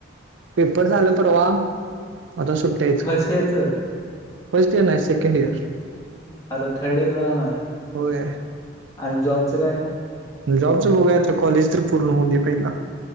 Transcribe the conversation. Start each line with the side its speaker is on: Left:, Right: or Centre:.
Right: पेपर झालं परवा आता सुट्ट्या हाईत.
Left: फर्स्ट इयरचं
Right: फर्स्ट इयर नाहीे सेकेंड इयर
Left: आता थर्ड इर ला जाणार
Right: होय
Left: आणि जॉबचं काय
Right: जॉबचं बघूया आता कॉलेज तर पूर्ण होऊन दे पहिला.